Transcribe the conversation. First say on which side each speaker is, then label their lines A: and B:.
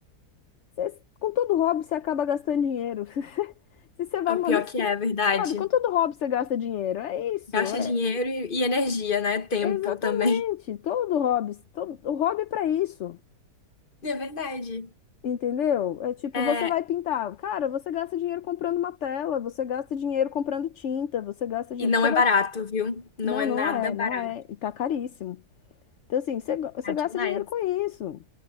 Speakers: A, on the left (about 60°); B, on the left (about 35°).
A: você- com todo hobby você acaba gastando dinheiro. <laughs> Se você vai
B: É o
A: monetizar.
B: pior que é, é verdade.
A: Sabe, com todo hobby você gasta dinheiro. É isso,
B: Gasta
A: é
B: dinheiro e, e energia, né? Tempo
A: exatamente.
B: também.
A: Todo hobby, todo, o hobby é pra isso.
B: É verdade.
A: Entendeu? É tipo,
B: É,
A: você vai pintar. Cara, você gasta dinheiro comprando uma tela, você gasta dinheiro comprando tinta, você gasta dinheiro.
B: e não
A: Você
B: é
A: vai
B: barato, viu? Não
A: Não,
B: é
A: não
B: nada
A: é,
B: barato
A: não é. E tá caríssimo. Então, assim, você ga- você
B: é demais.
A: gasta dinheiro com isso.